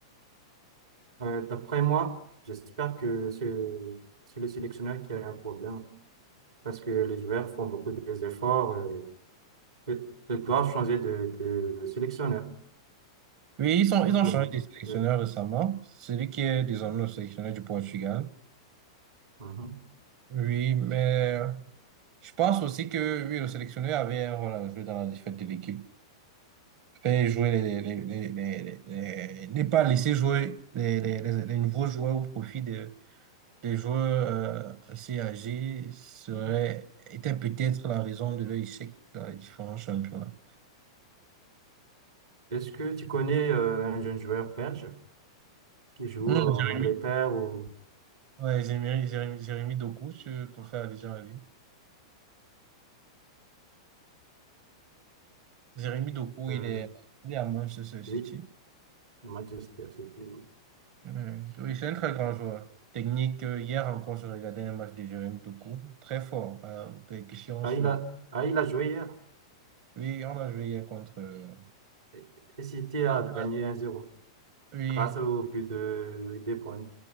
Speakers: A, on the right (about 75°); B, on the right (about 45°).
A: Euh, d'après moi, j'espère que c'est c'est le sélectionneur qui a un problème parce que les joueurs font beaucoup d'efforts. Euh, ils ils doivent changer de, de sélectionneur,
B: Oui, ils sont,
A: simplement.
B: ils ont changé de sélectionneur
A: Oui.
B: récemment. celui qui est désormais le sélectionneur du Portugal.
A: Mhm.
B: Oui, mais je pense aussi que oui, le sélectionneur avait un rôle à jouer dans la défaite de l'équipe. Fait jouer les, les, les, les, les- les- ne pas laisser jouer les, les, les, les nouveaux joueurs au profit de, des joueurs euh, assez âgés serait, était peut-être la raison de leur échec dans les différents championnats.
A: Est-ce que tu connais euh, un jeune joueur belge qui joue
B: Hmm,
A: en
B: Jérémy.
A: Angleterre ou
B: Ouais, Jérémy, Jérémy, Jérémy Doku, je préfère déjà la vie. Jérémy Doku,
A: euh,
B: il est, il est à Manchester City.
A: oui, Manchester City?
B: Euh, Oui, c'est un très grand joueur. Technique, euh, hier encore, je regardais un match de Jérémy Doku, très fort, euh, percussion
A: Ah,
B: sur.
A: il a, ah, il a joué hier
B: Oui, on a joué hier contre. euh,
A: et et City a
B: non, on a-
A: gagné 1-0
B: Oui,
A: grâce au but de De Bruyne.